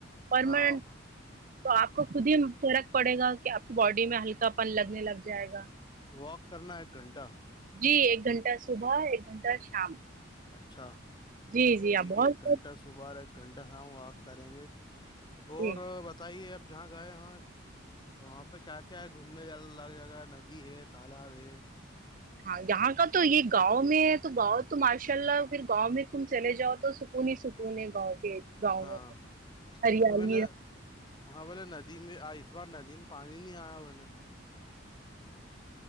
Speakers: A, on the right; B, on the left.
A: پرماننٹ
B: ہاں
A: تو آپ کو خود ہی فرق پڑے گا کہ آپ کی باڈی میں ہلکا پن لگنے لگ جائے گا
B: واک کرنا ایک گھنٹہ
A: جی ایک گھنٹہ صبح ایک گھنٹہ شام
B: اچھا
A: جی جی
B: ٹھیک
A: آپ بہت
B: ہے ایک گھنٹہ صبح ایک گھنٹہ شام واک کریں گے اور
A: جی
B: بتائیے اب جہاں گئے وہاں وہاں پہ کیا کیا ہے گھومنے الگ جگہ ندی ہے تالاب ہے
A: ہاں یہاں کا تو یہ گاؤں میں ہے تو گاؤں تو ماشاء اللہ پھر گاؤں میں تم چلے جاؤ تو انی سکون ہے گاؤں کے گاؤں
B: ہاں
A: میں ہریالی
B: تو میں نے
A: ہے
B: ہاں بولے ندی میں اس بار ندی میں پانی نہیں آیا بلے